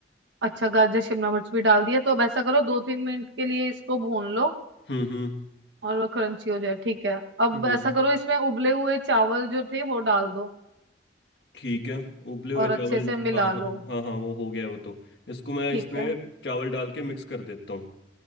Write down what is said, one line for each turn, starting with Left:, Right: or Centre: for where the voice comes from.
Right: अच्छा गाजर शिमला मिर्च भी डाल दिया तो अब ऐसा करो दो तीन मिनट के लिए इसको भून लो
Left: हम्म हम्म
Right: और वो क्रंची हो जाए ठीक है अब
Left: हम्म
Right: ऐसा करो इसमें उबले हुए चावल जो थे वो डाल दो
Left: ठीक है उबले हुए
Right: और
Left: चावल
Right: अच्छे से मिला
Left: हाँ हाँ
Right: लो
Left: हाँ हाँ वो हो गया वो तो इसको मैं
Right: ठीक
Left: इसमें
Right: है
Left: चावल डाल के मिक्स कर देता हूँ